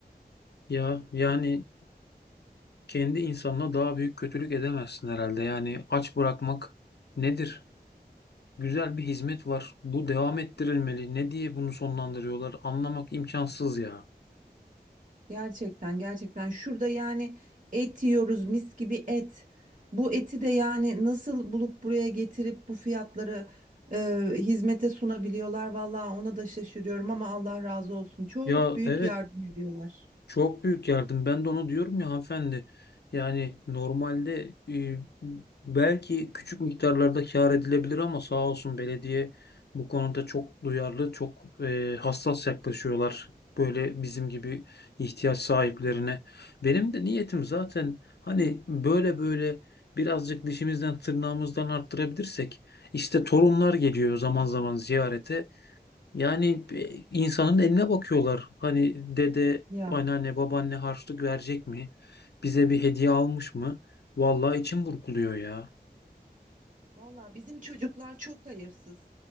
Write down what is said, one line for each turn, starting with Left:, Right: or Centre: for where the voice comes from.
Left: ya. Yani kendi insanına daha büyük kötülük edemezsin herhalde. Yani aç bırakmak nedir? Güzel bir hizmet var. Bu devam ettirilmeli. Ne diye bunu sonlandırıyorlar? Anlamak imkansız ya.
Right: Gerçekten gerçekten şurada yani et yiyoruz mis gibi et. Bu eti de yani nasıl bulup buraya getirip bu fiyatları e, hizmete sunabiliyorlar. Vallahi ona da şaşırıyorum ama Allah razı olsun. Çok
Left: Ya
Right: büyük
Left: evet
Right: yardım ediyorlar.
Left: Çok büyük yardım. Ben de onu diyorum ya hanımefendi. Yani normalde e, belki küçük miktarlarda kâr edilebilir ama sağ olsun belediye bu konuda çok duyarlı, çok e, hassas yaklaşıyorlar. Böyle bizim gibi ihtiyaç sahiplerine. Benim de niyetim zaten hani böyle böyle birazcık dişimizden tırnağımızdan arttırabilirsek işte torunlar geliyor zaman zaman ziyarete. Yani e, insanın eline bakıyorlar. Hani dede,
Right: Ya
Left: anneanne, babaanne harçlık verecek mi? Bize bir hediye almış mı? Vallahi içim burkuluyor ya.
Right: valla bizim çocuklar çok hayırsız.